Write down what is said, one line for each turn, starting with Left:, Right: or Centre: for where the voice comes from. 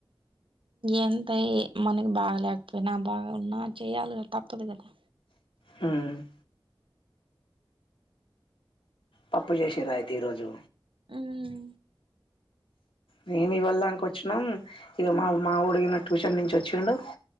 Right: ఎంతయ్ మనకి బాగలేకపోయినా బాగున్నా చెయాలి కదా తప్పదు కదా
Left: మ్ పప్పు చేసిర్ర అయితే ఈ రోజు
Right: మ్
Left: మేమి ఇవాల్దంక వచ్చినం ఇగ మా మా ఒడు గినా ట్యూషన్ నుంచి వచ్చిండు